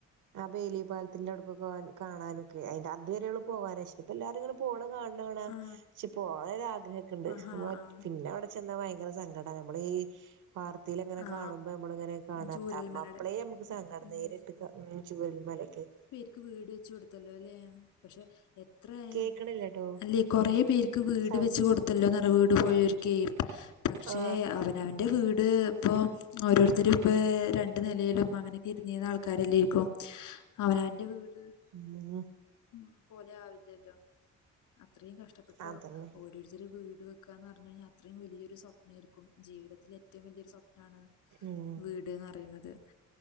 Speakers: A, on the right (about 80°); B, on the left (about 80°).
A: ആ ബേലി പാലത്തിന്റെ അടുക്കൊക്കേ കാണാനൊക്കെ അയിന്റെ അതുവരെ ഒള്ളു പോവാൻ പക്ഷെ ഇപ്പ എല്ലാരും ഇങ്ങനെ പോണേ കാണ് ണേ കാണാ
B: ആ
A: പക്ഷെ പോവാൻ ഒര് ആഗ്രഹൊക്കെ ഇണ്ട്
B: ആഹാ ആ
A: പിന്നെ അവ്ടെ ചെന്ന ഭയങ്കര സങ്കടാ നമ്മളീ ഈ വാർ കത്തിൽ ഇങ്ങനെ
B: ആ
A: കാണുമ്പം ഞമ്മൾ ഇങ്ങനെ കാണാ
B: ചൂരൽമലയുടെ
A: അത്ത അപ്പളേെ ഞമ്മക്ക് സങ്കടം
B: ഉം
A: നേരിട്ട് ചൂരൽ മലക്ക്
B: ക്ക് വീട് വെച്ച് കൊടുത്തല്ലോ ല്ലേ പക്ഷെ എത്ര ആയാല്
A: കേക്കണില്ലട്ടോ
B: അല്ലെ കൊറേ പേർക്ക് വീട്
A: സൗണ്ട്
B: വെച്ച് കൊടുത്തല്ലോ
A: കൊറ
B: നിറ വീട് പോയൊർക്കേ പക്ഷെ
A: ആ
B: അവനവന്റെ വീട് ഇപ്പൊ ഓരോരുത്തർ ഇപ്പേ രണ്ട് നിലയിലും അങ്ങനെ ഒകെ ഇർന്നീന്ന ആൾക്കാരല്ലേരിക്കും അവനവന്റെ വീട്
A: ഉം
B: മ് പോലെ ആവില്ലല്ലോ അത്രയും കഷ്ടപ്പെട്ടു
A: അതന്നെ
B: ഓരോരുത്തരു വീട് കാ ന്ന് പറഞ്ഞ് കഴിഞ്ഞാ അത്രയും വലിയൊരു സ്വപ്നമായിരിക്കും ജീവിതത്തിൽ ഏറ്റവും വലിയൊരു സ്വപ്നാണ്
A: ഉം
B: വീട് ഇടെന്ന് പറയണത്